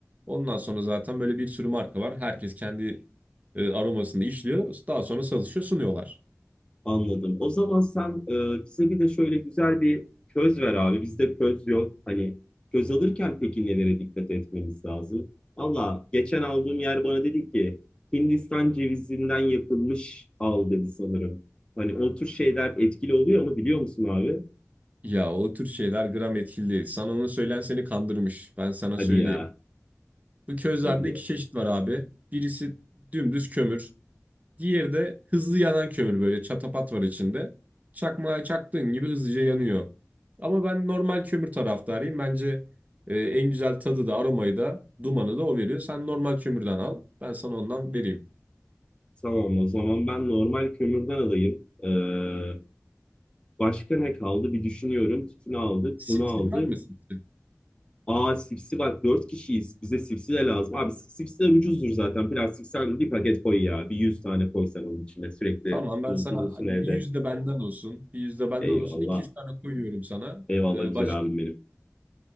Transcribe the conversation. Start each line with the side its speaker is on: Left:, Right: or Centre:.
Right: Ondan sonra zaten böyle bir sürü marka var. Herkes kendi e, aromasını işliyor. Daha sonra satışa sunuyorlar.
Left: Anladım. O zaman sen e, bize bir de şöyle güzel bir köz ver abi. Bizde köz yok. Hani köz alırken peki nelere dikkat etmemiz lazım? Valla geçen aldığım yer bana dedi ki Hindistan cevizinden yapılmış al dedi sanırım. Hani o tür şeyler etkili oluyor ama biliyor musun abi?
Right: Ya o tür şeyler gram etkili değil. Sana onu söyleyen seni kandırmış. Ben sana
Left: Hadi
Right: söyleyeyim.
Left: ya,
Right: Bu közlerde
Left: hadi ya.
Right: iki çeşit var abi. Birisi dümdüz kömür. Diğeri de hızlı yanan kömür böyle çatapat var içinde. Çakmağa çaktığın gibi hızlıca yanıyor. Ama ben normal kömür taraftarıyım. Bence e, en güzel tadı da aromayı da dumanı da o veriyor. Sen normal kömürden al. Ben sana ondan vereyim.
Left: Tamam o zaman ben normal kömürden alayım. Ee, başka ne kaldı bir düşünüyorum. Tütünü aldık,
Right: Sitrin
Left: bunu aldık.
Right: var mı sitrin?
Left: Aa sipsi bak dört kişiyiz. Bize sipsi de lazım. Abi sipsiler ucuzdur zaten. Plastik sen bir paket koy ya. Bir yüz tane koy sen onun içine. Sürekli
Right: Tamam ben
Left: bul-
Right: sana
Left: bulunsun
Right: bir
Left: evde.
Right: yüzde benden olsun. Bir yüzde benden
Left: Eyvallah.
Right: olsun. iki yüz tane koyuyorum sana.
Left: Eyvallah
Right: Ee,
Left: güzel
Right: baş,
Left: abim benim.